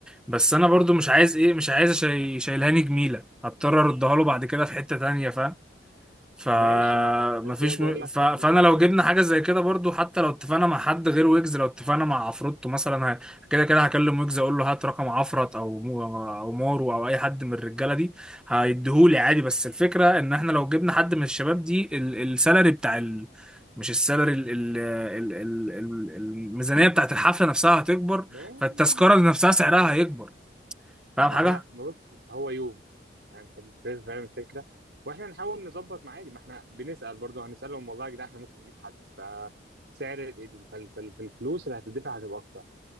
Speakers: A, in the centre; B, on the right.
A: بس انا برضو مش عايز ايه مش عايز شاي شايلهاني جميله هضطر اردها له بعد كده في حته تانية فاهم فمفيش
B: ماشي ما انا عشان كده بقول
A: م...
B: لك
A: ف...
B: خلينا
A: فانا
B: مثلا
A: لو جبنا حاجه زي كده برضو حتى لو اتفقنا مع حد غير ويجز لو اتفقنا مع عفروتو مثلا ه... كده كده هكلم ويجز اقول له هات رقم عفرت او مو... او مارو او اي حد من الرجاله دي هيديهولي عادي بس الفكره ان احنا لو جبنا حد من الشباب دي ال... السالري بتاع ال... مش السالري ال... ال... ال... ال... ال- الميزانيه بتاعت الحفله نفسها هتكبر
B: ماشي
A: فالتذكره نفسها سعرها هيكبر فاهم
B: ما
A: حاجه
B: احنا ما بص هو يوم يعني، فاهم الف- فاهم الفكره واحنا نحاول نظبط مع عادي ما احنا بنسال برضه هنسالهم والله يا جدعان احنا ممكن نجيب حد فسعر ال- فال- فال- فالفلوس اللي هتدفع هتبقى اكتر